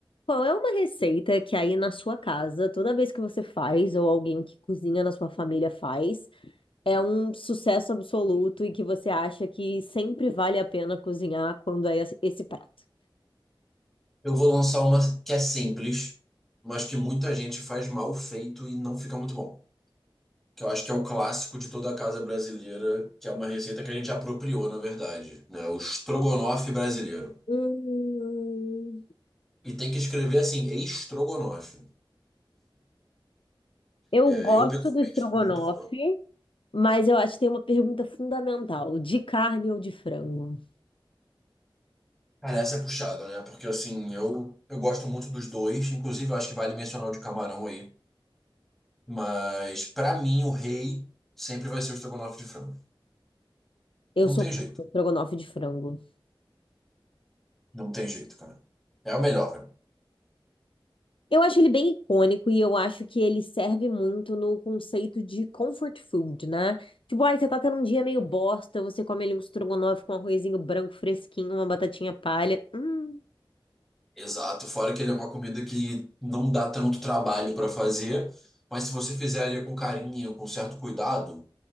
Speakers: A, on the left (about 75°); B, in the centre.
A: Qual é uma receita que aí na sua casa, toda vez que você faz, ou alguém que cozinha na sua família faz, é um sucesso absoluto e que você acha que sempre vale a pena cozinhar quando é esse esse prato?
B: Eu vou lançar uma que é simples, mas que muita gente faz mal feito e não fica muito bom. Que eu acho que é o clássico de toda a casa brasileira, que é uma receita que a gente apropriou, na verdade, né? O estrogonofe brasileiro.
A: Hum,
B: E tem que escrever assim, estrogonofe.
A: eu
B: É,
A: gosto
B: eu, pessoalmente,
A: do estrogonofe,
B: sou muito fã.
A: Mas eu acho que tem uma pergunta fundamental: de carne ou de frango?
B: Cara, essa é puxada, né? Porque, assim, eu, eu gosto muito dos dois. Inclusive, eu acho que vale mencionar o de camarão aí. Mas, pra mim, o rei sempre vai ser o estrogonofe de frango.
A: Eu
B: Não
A: sou
B: tem jeito.
A: um estrogonofe de frango.
B: Não tem jeito, cara. É o melhor.
A: Eu acho ele bem icônico e eu acho que ele serve muito no conceito de comfort food, né? Tipo, ai, você tá tendo um dia meio bosta, você come ali um estrogonofe com um arrozinho branco fresquinho, uma batatinha palha. Hum.
B: Exato, fora que ele é uma comida que não dá tanto trabalho para fazer, mas se você fizer ali com carinho, com certo cuidado,